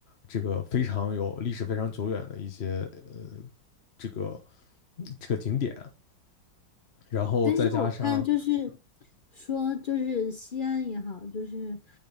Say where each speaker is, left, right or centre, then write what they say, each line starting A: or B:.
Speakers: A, on the left; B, on the left.
A: 这个非常有历史非常久远的一些呃这个这个景点啊，然后再加上
B: 但是我看就是说，就是西安也好，就是